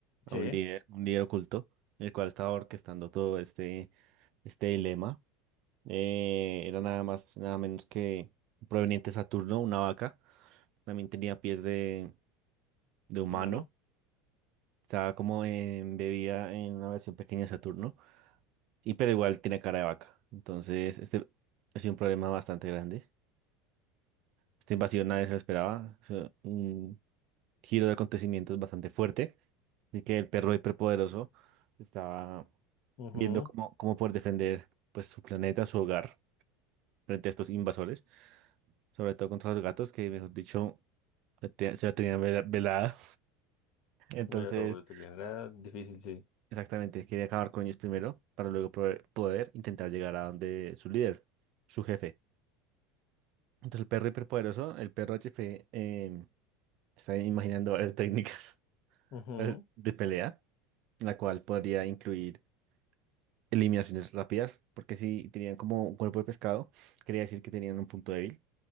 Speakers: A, on the left (about 60°); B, on the right (about 60°).
A: sí,
B: un líder, un líder oculto, el cual estaba orquestando todo este, este dilema. Eh, era nada más, nada menos que proveniente de Saturno, una vaca. También tenía pies de, de humano.
A: humano.
B: Estaba como embebida en una versión pequeña de Saturno. Y pero igual tiene cara de vaca. Entonces, este ha sido un problema bastante grande. Esta invasión nadie se lo esperaba. Fue un giro de acontecimientos bastante fuerte. Así que el perro hiperpoderoso estaba
A: ujú,
B: viendo cómo, cómo poder defender pues, su planeta, su hogar, frente a estos invasores. Sobre todo contra los gatos, que mejor dicho la te- se la tenían vela- velada. Entonces,
A: Pero sería era difícil, sí.
B: exactamente, quería acabar con ellos primero para luego poder, poder intentar llegar a donde su líder, su jefe. Entonces, el perro hiperpoderoso, el perro HP, em, está imaginando varias técnicas
A: ujú,
B: <laughs> de pelea, la cual podría incluir eliminaciones rápidas, porque si tenían como un cuerpo de pescado, quería decir que tenían un punto débil.